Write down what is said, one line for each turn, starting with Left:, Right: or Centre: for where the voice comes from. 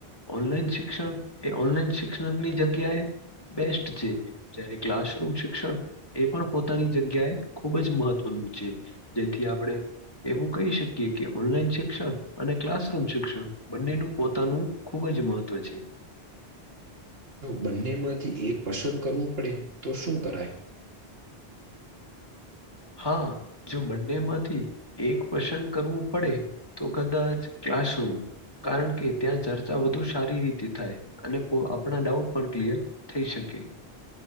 Left: ઓનલાઈન શિક્ષણ એ ઓનલાઈન શિક્ષણની જગ્યાએ બેસ્ટ છે જયારે ક્લાસરૂમ શિક્ષણ એ પણ પોતાની જગ્યાએ ખૂબ જ મહત્વનું છે જેથી આપણે એવું કહી શકીએ કે ઓનલાઈન શિક્ષણ અને ક્લાસ શ શિક્ષણ બંનેનું પોતાનું ખુબ જ મહત્વ છે
Right: બંને માંથી એક પસંદ કરવું પડે તો શું કરાય
Left: હા જો બંનેમાંથી એક પસંદ કરવું પડે તો કદાચ ક્લાસરૂમ કારણ કે ત્યાં ચર્ચા વધુ સારી રીતે થાય અને આપણા ડાઉટ પણ ક્લિયર થઈ શકે